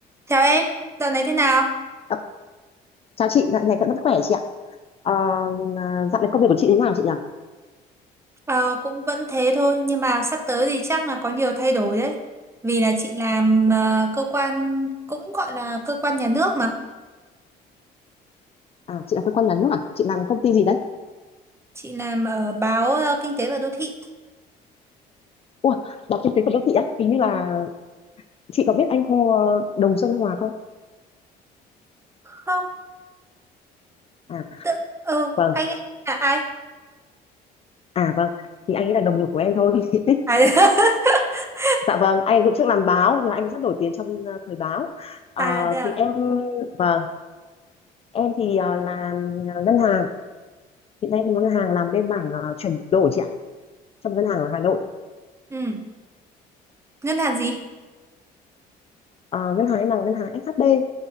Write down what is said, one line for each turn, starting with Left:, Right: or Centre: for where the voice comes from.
Right: Chào em, dạo này thế nào?
Left: Ờ, chào chị, dạo này vẫn vẫn khỏe chị ạ. Ờ, à, dạo này công việc của chị thế nào chị nhỉ?
Right: Ờ, cũng vẫn thế thôi, nhưng mà sắp tới thì chắc là có nhiều thay đổi đấy. Vì là chị làm ờ, cơ quan, cũng gọi là cơ quan nhà nước mà.
Left: À, chị làm cơ quan nhà nước à? Chị làm công ty gì đấy?
Right: Chị làm ở báo ờ, Kinh tế và Đô thị.
Left: Ủa, báo kinh tế của đô thị á? Hình như là
Right: Ừ.
Left: chị có biết anh Hồ ờ, Đồng Xuân Hòa không?
Right: Không,
Left: À,
Right: tự, ừ,
Left: vâng.
Right: anh ấy là ai?
Left: À, vâng. Thì anh ấy là đồng nghiệp của em thôi. <laughs>
Right: À, <laughs>
Left: Dạ vâng, anh ấy cũng trước làm báo, nhưng mà anh ấy rất nổi tiếng trong ờ, thời báo. Ờ,
Right: à thế à?
Left: thì em, vâng, em thì ờ, làm ờ, ngân hàng. Hiện nay em làm ngân hàng làm bên mảng ờ, chuyển đổi chị ạ, trong ngân hàng ở Hà Nội.
Right: Ừ, ngân hàng gì?
Left: Ờ, ngân hàng em làm ngân hàng SHB.